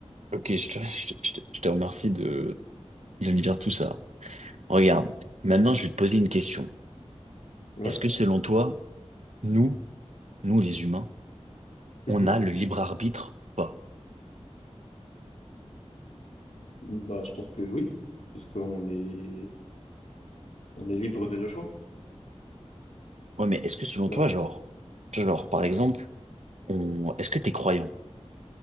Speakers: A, on the right (about 75°); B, on the left (about 80°).
A: Ok, je te, je te- je te- je te remercie de, de me dire tout ça. Regarde, maintenant je vais te poser une question.
B: Ouais.
A: Est-ce que selon toi, nous, nous les humains,
B: Mhm.
A: on a le libre arbitre ou pas?
B: Bah, je pense que oui, parce qu'on est, on est libre de nos choix.
A: Ouais, mais est-ce que selon
B: Bah,
A: toi, genre, genre par exemple,
B: ouais,
A: on, est-ce que t'es croyant?